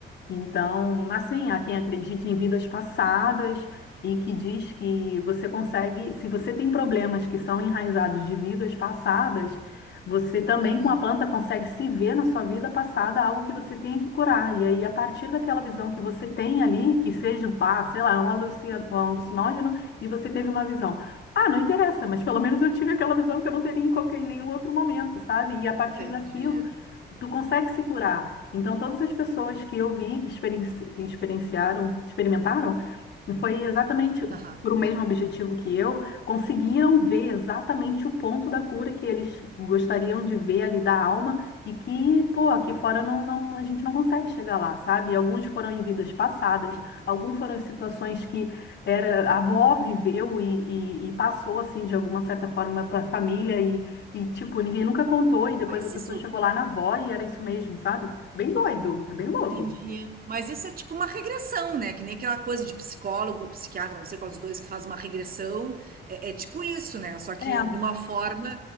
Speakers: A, on the left; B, on the right.
A: Então, assim, há quem acredite em vidas passadas e que diz que você consegue, se você tem problemas que são enraizados de vidas passadas, você também
B: Hum,
A: com a planta consegue se ver na sua vida passada algo que você tem que curar. E aí, a partir daquela visão que você tem ali, que seja, ah, sei lá, é um alucin- um alucinógeno, e você teve uma visão. Ah, não interessa, mas pelo menos eu tive aquela visão que eu não teria em qualquer, em nenhum outro momento, sabe? E a partir
B: entendi.
A: daquilo, tu consegue se curar. Então, todas as pessoas que eu vi que experienci- experienciaram, experimentaram, foi exatamente
B: Aham,
A: para o mesmo objetivo que eu, conseguiram ver exatamente o ponto da cura que eles gostariam de ver ali da alma e que, pô, aqui fora não, não, a gente não consegue chegar lá, sabe? Alguns foram em vidas passadas,
B: entendi.
A: alguns foram em situações que era, a avó viveu e, e, e passou, assim, de alguma certa forma para a família e, tipo, ninguém nunca contou e depois
B: Mas
A: a pessoa
B: isso,
A: chegou lá na avó e era isso mesmo, sabe? Bem doido, é bem louco.
B: entendi. Mas isso é tipo uma regressão, né? Que nem aquela coisa de psicólogo ou psiquiatra, não sei qual dos dois que faz uma regressão. É, é tipo isso, né? Só que
A: É,
B: de uma forma